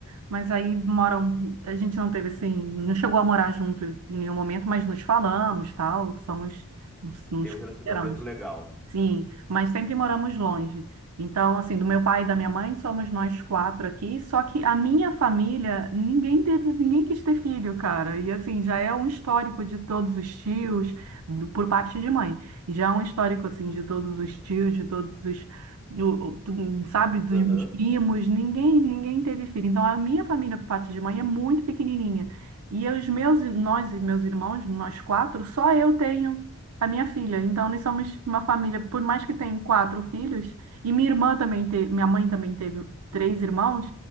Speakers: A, on the right; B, in the centre.
A: Mas aí moram, a gente não teve assim, não chegou a morar junto em nenhum momento, mas nos falamos, tal, somos, nos nos
B: Tem um
A: consideramos.
B: relacionamento legal.
A: Sim, mas sempre moramos longe. Então, assim, do meu pai e da minha mãe, somos nós quatro aqui. Só que a minha família, ninguém teve, ninguém quis ter filho, cara. E assim, já é um histórico de todos os tios, do- por parte de mãe. E Já é um histórico, assim, de todos os tios, de todos os, o- o- tu- sabe, dos
B: Aham.
A: meus primos. Ninguém, ninguém teve filho. Então, a minha família, por parte de mãe, é muito pequenininha. E os meus, nós e meus irmãos, nós quatro, só eu tenho a minha filha. Então, nós somos uma família, por mais que tenha quatro filhos, e minha irmã também teve, minha mãe também teve três irmãos,